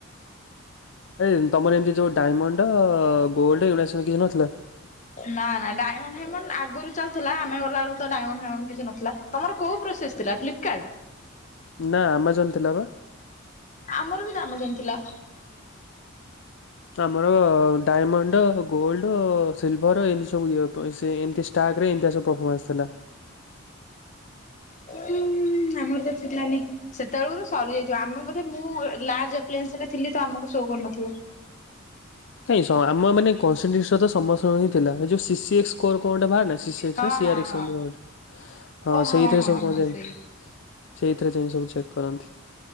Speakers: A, on the left; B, on the left.
A: ଏଇ ତମର ଏମିତି ଯୋଉ ଡାଇମଣ୍ଡ, ଗୋଲ୍ଡ ଏଗୁରା ସବୁ କିଛି ନଥିଲା?
B: ନା ନା ଡାଇମଣ୍ଡ ଫାଇମଣ୍ଡ ଆଗରୁ ଚାଲିଥିଲା ଆମେ ଗଲାବେଳକୁ ତ ଡାଇମଣ୍ଡ ଫାଇମଣ୍ଡ କିଛି ନଥିଲା। ତମର କୋଉ ପ୍ରୋସେସ ଥିଲା ଫ୍ଲିପକାର୍ଡ।
A: ନା ଆମାଜନ ଥିଲା ବା।
B: ଆମର ବି ତ ଆମାଜନ ଥିଲା।
A: ଆମର ଡାଇମଣ୍ଡ, ଗୋଲ୍ଡ, ସିଲଭର ଏନତି ସବୁ <inaudible> ସେ ଏମତି ଷ୍ଟାଗରେ ଏମତିଆ ସବୁ ପ୍ରଫମାନ୍ସ ଥିଲା।
B: ଉଁ ଉଁ ଆମର ତ ଥିଲାନି। ସେତେବେଳ ରୁ ସରିଯାଇଥିବ ଆମେ ବୋଧେ ମୁଁ ଲାର୍ଜପ୍ଲେନ୍ସ ରେ ଥିଲି ତ ଆମକୁ ସୋ କରୁନଥିବ।
A: କାଇଁ ସ ଆମ ମାନେ କନ୍ସିଷ୍ଟନ ତ ସମସ୍ତଙ୍କ ହିଁ ଥିଲା ଯୋଉ ସିସିଏକ୍ସ ସ୍କୋର କଁଟା ବାହାରି ନାଇ ସିସିଏକ୍ସ
B: ହଁ
A: ନା ସିଆରାଏକ୍ସ
B: ହଁ ହଁ
A: ଏମତି କଣ ଗୋଟେ ହଁ
B: ଓ
A: ସେଇଥିରେ
B: ହଁ
A: ସବୁ କୁହାଯାଏ।
B: ହଁ ସେଇ
A: ସେଇଥିରେ ଯାଇଁକି ସବୁ ଚେକ୍ କରନ୍ତି।